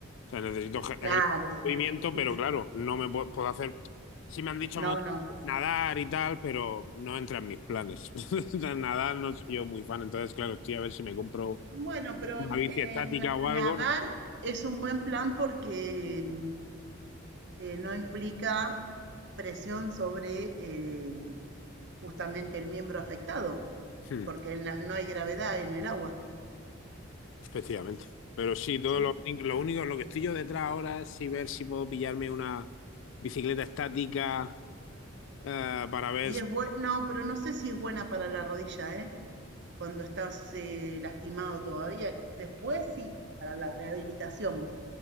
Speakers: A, on the left; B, on the right.
A: sea, necesito ejer-
B: claro,
A: ejercicio de
B: sí,
A: movimiento,
B: sí,
A: pero
B: sí.
A: claro, no me puedo, puedo hacer. Sí me han dicho
B: No,
A: mucho
B: no,
A: nadar y tal, pero no entra en mis planes. <laughs> O sea, nadar no soy yo muy fan, entonces, claro, estoy a ver si me compro
B: Bueno, pero
A: una
B: n-
A: bici
B: eh,
A: estática o
B: nadar
A: algo.
B: es un buen plan porque mm, eh, no implica presión sobre eh, justamente el miembro afectado,
A: Hmm,
B: porque en la- no hay gravedad en el agua,
A: efectivamente. Pero sí, todo
B: ¿sí?
A: lo, lo único, lo que estoy yo detrás ahora es si ver si puedo pillarme una bicicleta estática eh, para ver.
B: Y es bueno, no, pero no sé si es buena para la rodilla, ¿eh? Cuando estás eh, lastimado todavía. Después sí, para la rehabilitación,